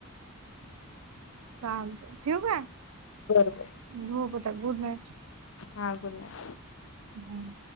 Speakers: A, on the right (about 80°); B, on the left (about 60°).
A: चाल ठेवू का?
B: बरोबर.
A: झोप गुड नाईट!
B: हा. Good night!
A: हम्म.